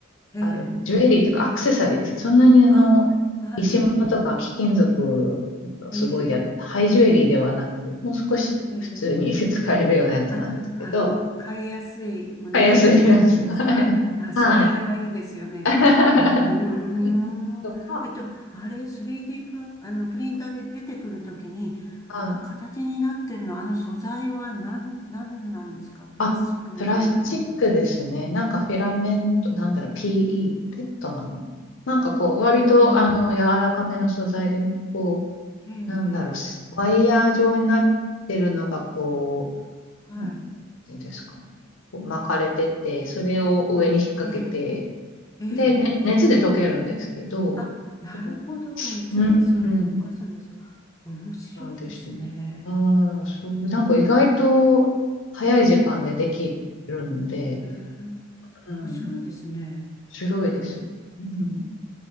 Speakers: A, on the left; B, on the left.
A: え、ええ、
B: ある、ジュエリーというかアクセサリーです。そんなにあの、
A: あ、はい、
B: 石物とか貴金属をすごいや、
A: ええ、
B: ハイジュエリーではなく、もう少し普通に
A: ええ、
B: <laughs> 使えるようなやつなんですけど、
A: ええ、あ、あの、買いやすいお値段のものですかあ、
B: 買いやすいやつ。はい。
A: それがいいですよね。
B: はい。<laughs>
A: うーん。
B: とか、
A: えっと、あれ、3D プロ、あの、プリンターで出てくるときに、
B: はい。
A: 形になってるの、あの素材は何、何なんですかプラスチックみたいなのは。
B: あ、プラスチックですね。なんかフィラメント、なんだろう、PE、ペットなのかな。なんかこう、
A: へえ、
B: 割とあの、柔らかめの素材で、こ
A: ええ、ええ、
B: う、なんだろう、ワイヤー状になってるのがこ
A: はい。
B: なんていうんですかね。こう巻かれてて、それを上に引っ掛けて、
A: ええ、ええ。
B: で、ね熱で溶けるんですけど、
A: あ、なるほどね。
B: こ
A: 熱でそれを溶かすんですか。
B: ううん、うん
A: 面白いですね。
B: なんですよ。うん、そう、なんか意外と早い時間でできるんで、
A: うーん。ええええ、
B: うん、
A: 面白いですね。
B: 面白いです。
A: ええ、
B: うん、